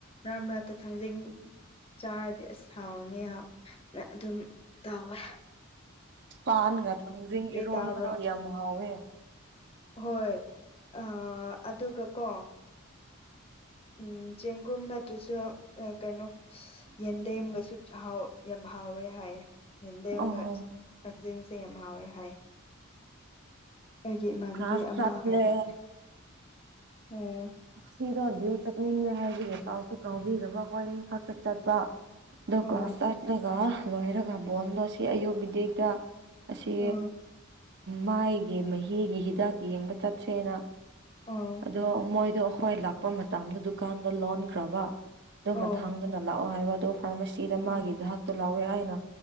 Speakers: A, on the left; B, on the right.
A: ꯔꯥꯝ ꯔꯠꯇ ꯊꯥꯡꯖꯤꯡ ꯆꯥꯔꯗꯤ ꯑꯁ ꯍꯥꯎꯅꯤꯍꯥꯛꯅ ꯑꯗꯨꯝ ꯇꯧꯋꯦ
B: ꯄꯥꯟꯒ ꯊꯖ ꯏꯔꯣꯟꯕꯗꯣ
A: ꯇꯥꯕ꯭ꯔꯣ
B: ꯌꯥꯝ ꯍꯥꯎꯋꯦ
A: ꯍꯣꯏ ꯑꯥ ꯑꯗꯨꯒꯀꯣ ꯎꯝ ꯆꯦꯡꯒꯨꯝ ꯅꯠꯇ꯭ꯔꯁꯨ ꯑ ꯀꯩꯅꯣ ꯑꯁ ꯌꯦꯟꯗꯦꯝꯒꯁꯨ ꯍꯥꯎ ꯌꯥꯝ ꯍꯥꯎꯋꯦ ꯍꯥꯏꯌꯦ ꯌꯦꯟꯗꯦꯝꯒ
B: ꯑꯣ
A: ꯖꯤꯡꯁꯦ ꯌꯥꯝ ꯍꯥꯎꯋꯦ ꯍꯥꯏ꯫ ꯑꯩꯒꯤ ꯏꯃꯥꯟꯅꯕꯤ
B: ꯀ꯭ꯂꯥꯁ
A: ꯑꯃ
B: ꯆꯠꯂꯦ
A: ꯍꯥꯏꯔꯛꯑꯦ꯫ ꯑꯣ
B: ꯁꯤꯗ ꯌꫭ ꯆꯠꯅꯤꯡꯗꯦ ꯍꯥꯏꯕꯤꯒ ꯄꯥꯎꯁꯨ ꯀꯥꯎꯤꯗꯕ ꯍꯣꯏꯅꯤ ꯈꯛꯠ ꯆꯠꯄ ꯑꯗꯣ
A: ꯑꯣ
B: ꯀ꯭ꯂꯥꯁ ꯆꯠꯂꯒ ꯂꯣꯏꯔꯒ ꯕꯣꯟꯗꯣ ꯑꯁꯤ ꯑꯌꯨꯛ ꯕꯤꯗꯦꯛꯇ ꯑꯁꯤ
A: ꯎꯝ
B: ꯃꯥꯏꯒꯤ ꯃꯍꯤꯒꯤ ꯍꯤꯗꯥꯛ ꯌꯦꯡꯕ ꯆꯠꯁꯦꯅ
A: ꯑꯣ
B: ꯑꯗꯣ ꯃꯣꯏꯗꯣ ꯑꯈꯣꯏ ꯂꯥꯛꯄ ꯃꯇꯝꯗ ꯗꯨꯀꯥꯟꯗ ꯂꯣꯟꯈ꯭ꯔꯕ꯫ ꯑꯗꯨ
A: ꯑꯣ
B: ꯃꯊꯥꯡꯗꯅ ꯂꯥꯛꯑꯣ ꯍꯥꯏꯕ ꯑꯗꯣ ꯐꯥꯔꯃꯥꯁꯤꯗ
A: ꯎꯝ
B: ꯃꯥꯒꯤ ꯍꯥꯛꯇꯣ ꯂꯥꯛꯋꯦ ꯍꯥꯏꯅ